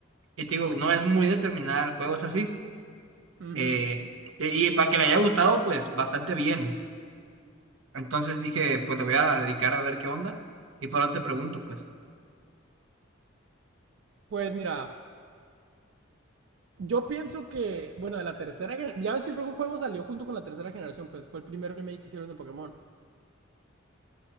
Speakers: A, on the right; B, on the right.
A: y te digo, no es muy determinar juegos así.
B: Ujú.
A: Eh, y y para que le haya gustado, pues bastante bien. Entonces dije, pues te voy a dedicar a ver qué onda. Y por eso te pregunto, pues.
B: Pues mira, yo pienso que, bueno, de la tercera generación, ya ves que el Rojo Fuego salió junto con la tercera generación, pues fue el primer remake que hicieron de Pokémon.